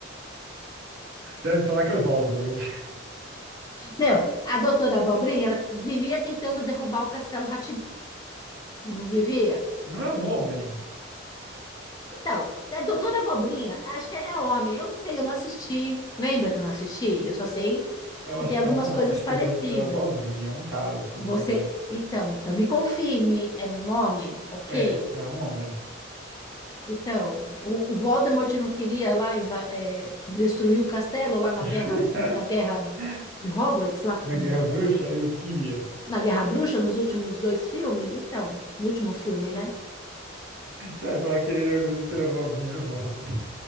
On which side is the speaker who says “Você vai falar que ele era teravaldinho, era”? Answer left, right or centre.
Right